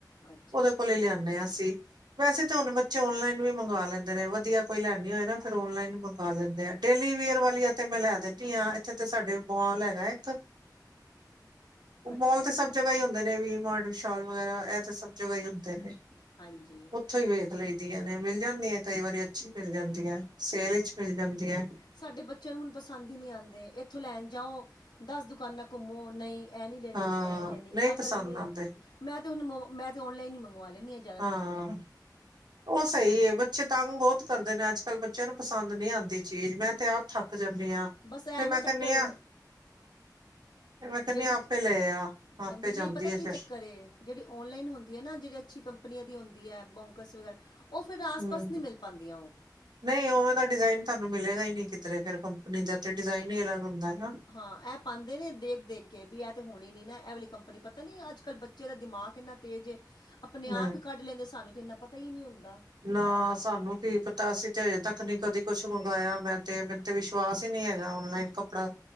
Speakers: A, on the left (about 80°); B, on the right (about 75°).
A: ਅੱਛਾ
B: ਉਹਦੇ
A: ਅੱਛਾ
B: ਕੋਲ ਲਿਆਨੇ ਆ ਅਸੀ ਵੈਸੇ ਤਾਂ ਹੁਣ ਬੱਚੇ ਔਨਲਾਈਨ ਵੀ ਮੰਗਵਾ ਲੈਂਦੇ ਨੇ, ਵਧੀਆ ਕੋਈ ਲੈਣੀ ਹੋਏ ਨਾ ਫ਼ਿਰ ਔਨਲਾਈਨ ਮੰਗਵਾ ਲੈਂਦੇ ਆ, ਡੇਲੀ ਵੇਅਰ ਵਾਲੀਆ ਤੇ ਮੈਂ ਲੈ ਦੇਣੀ ਆ ਇਥੇ ਤੇ ਸਾਡੇ ਮੋਲ ਹੈਗਾ ਇੱਕ
A: <inaudible> ਅੱਛਾ
B: ਮੋਲ ਤੇ
A: ਅੱਛਾ
B: ਸਭ ਜਗ੍ਹਾ ਈ ਹੁੰਦੇ ਨੇ ਵੀ ਮਾਰਡ ਵਿਸ਼ਾਲ ਵਗੈਰਾ ਇਹ ਤੇ ਸਭ ਜਗ੍ਹਾ ਈ ਹੁੰਦੇ ਨੇ।
A: ਹਾਂਜੀ
B: ਉੱਥੋਂ ਈ ਵੇਖ ਲਈ ਦੀਆਂ ਨੇ ਮਿਲ ਜਾਂਦੀਆਂ ਕਈ ਵਾਰੀ ਅੱਛੀ ਮਿਲ ਜਾਂਦੀਆਂ, ਸੇਲ 'ਚ ਮਿਲ ਜਾਂਦੀਆਂ।
A: ਸਾਡੇ ਬੱਚਿਆਂ ਨੂੰ ਹੁਣ ਪਸੰਦ ਈ ਨਹੀਂ ਆਂਦੇ, ਇੱਥੋਂ ਲੈਣ ਜਾਓ ਦਸ ਦੁਕਾਨਾਂ ਘੁੰਮੋ ਨਈ ਇਹ ਨੀ ਲੈਣੀ,
B: ਹਾਂ
A: ਇਹ ਨੀ ਲੈਣੀ,
B: ਨਹੀਂ
A: ਇਹ
B: ਪਸੰਦ
A: ਕਲਰ ਨੀ
B: ਆਉਂਦੇ
A: ਮੈਂ ਤੇ ਹੁਣ ਮੈਂ ਤਾਂ ਔਨਲਾਈਨ ਈ ਮੰਗਵਾ ਲੈਂਦੀ ਹੈਗੀ।
B: ਹਾਂ। ਉਹ ਸਹੀ ਐ, ਬੱਚੇ ਤੰਗ ਬਹੁਤ ਕਰਦੇ ਨੇ ਅੱਜ-ਕੱਲ੍ਹ ਬੱਚਿਆਂ ਨੂੰ ਪਸੰਦ ਨੀ ਆਂਦੀ ਚੀਜ਼, ਮੈਂ ਤੇ ਆਪ
A: ਉਹ
B: ਥੱਕ ਜਾਂਦੀ ਆ,
A: ਬਸ ਐ
B: ਫਿਰ
A: ਨਾ
B: ਮੈਂ ਕਹਿੰਨੀ
A: ਚੱਕਰ
B: ਹਾਂ। ਫਿਰ ਮੈਂ ਕਹਿੰਨੀ
A: ਜਿਹੜੀ
B: ਆਪੇ ਲੈ ਆ,
A: ਹਾਂਜੀ
B: ਆਪੇ
A: ਨਹੀਂ
B: ਜਾਂਦੀ
A: ਪਤਾ
B: ਆ
A: ਕੀ
B: ਫਿਰ
A: ਚੱਕਰ ਏ ਜਿਹੜੀ ਔਨਲਾਈਨ ਹੁੰਦੀ ਐ ਜਿਹੜੀ ਅੱਛੀ ਕੰਪਨੀਆਂ ਦੀ ਹੁੰਦੀ ਬੋਂਕਸ ਵਗੈਰਾ ਉਹ ਫਿਰ ਆਸ-ਪਾਸ
B: ਹਮ।
A: ਨਹੀਂ ਮਿਲ ਪਾਂਦੀਆਂ ਉਹ
B: ਨਹੀਂ ਉਵੇ ਦਾ ਤਾਂ ਡਿਜ਼ਾਇਨ ਤੁਹਾਨੂੰ ਮਿਲੇਗਾ ਈ ਨਹੀਂ ਕਿਧਰੇ ਫਿਰ ਕੰਪਨੀ ਦਾ ਤੇ ਡਿਜ਼ਾਇਨ ਈ ਅਲੱਗ ਹੁੰਦਾ ਐ ਨਾ
A: ਹਾਂ ਇਹ ਪਾਂਦੇ ਨੇ ਦੇਖ-ਦੇਖ ਕੇ ਵੀ ਇਹ ਤੇ ਹੋਣੀ ਨੀ ਨਾ ਇਹ ਵਾਲੀ ਕੰਪਨੀ ਪਤਾ ਨੀ ਅੱਜ -ਕੱਲ੍ਹ ਬ ਬੱਚੇ ਦਾ ਦਿਮਾਗ ਇੰਨਾ ਤੇਜ਼ ਏ, ਆਪਣੇ
B: ਹਾਂ
A: ਆਪ ਈ ਕੱਢ ਲੈਂਦੇ, ਸਾਨੂੰ ਤੇ ਇੰਨਾ ਪਤਾ ਈ ਨਈ ਉਦਾਂ
B: ਨਾ ਸਾਨੂੰ ਕੀ ਪਤਾ ਅਸੀਂ ਤੇ ਹਜੇ ਤੱਕ ਨਹੀ ਕਦੀ ਕੁਛ ਮੰਗਵਾਆ ਮੈਂ ਤੇ ਤੇ ਵਿਸ਼ਵਾਸ ਈ ਨਈ ਹੈਗਾ, ਔਨਲਾਈਨ ਕੱਪੜਾ